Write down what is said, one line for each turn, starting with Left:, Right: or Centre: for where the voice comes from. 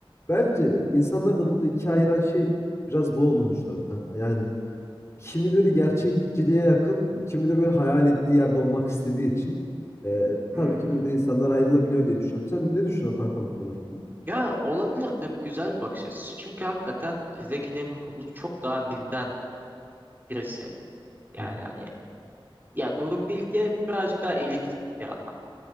Left: Bence insanları da burada ikiye ayıran şey biraz bu olduğunu düşünüyorum kanka. Yani kimileri gerçekçiliğe yakın, kimi de böyle hayal ettiği yerde olmak istediği için e,
Right: hmm.
Left: tabii ki burada insanlar ayrılabiliyor diye düşünüyorum. Sen ne düşünüyorsun kanka bu konu hakkında?
Right: Ya olabilir tabii güzel bir bakış açısı. Çünkü hakikaten Zeki Demirkubuz çok daha bizden birisi. Yani
Left: Hı,
Right: hani ya Nuri Bilge birazcık daha elitist bir adam.